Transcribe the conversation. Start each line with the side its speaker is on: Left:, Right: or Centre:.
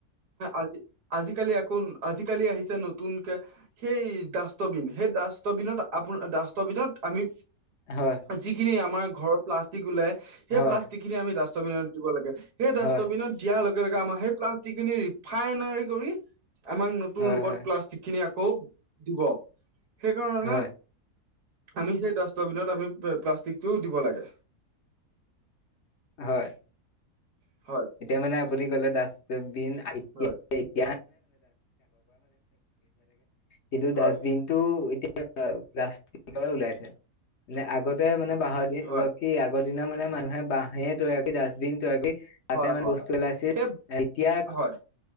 Right: আজি, আজিকালি আকৌ, আজিকালি আহিছে নতুনকৈ সেই ডাষ্টতবিন, সেই ডাষ্টতবিনত আপোন ডাষ্টবিনত আমি
Left: হয়।
Right: যিখিনি আমাৰ ঘৰত প্লাষ্টিক ওলাই, সেই
Left: হয়, হয়,
Right: প্লাষ্টিক খিনি আমি ডাষ্টতবিনত দিব লাগে। সেই ডাষ্টবিনত
Left: হয়,
Right: দিয়াৰ লগে-লগে আমাৰ সেই প্লাষ্টিক খিনি ৰিফাইনৰি কৰি আমাক নতুন
Left: হয়,
Right: ৰূপত প্লাষ্টিকখিনি আকৌ দিব। সেইকাৰণে
Left: হয়,
Right: আমি সেই ডাষ্টতবিনত আমি প্লাষ্টিকটোও দিব লাগে।
Left: হয়।
Right: হয়।
Left: এতিয়া মানে আপুনি ক'লে ডাষ্টবিন আহি
Right: হয়।
Left: <unintelligible> কিন্তু
Right: হয়
Left: ডাষ্টবিনটো এতিয়া প্লাষ্টিকৰ ওলাইছে, মানে আগতে মানে বাঁহৰ দি
Right: হয়
Left: সেই আগৰ দিনৰ মানে মানুহে বাঁহে তৈয়াৰ কৰি ডাষ্টবিন তৈয়াৰ কৰি তাতে
Right: হয়,
Left: মানে
Right: হয়,
Left: বস্তু পেলাইছিল
Right: হয়, <unintelligible>
Left: এতিয়া
Right: হয়।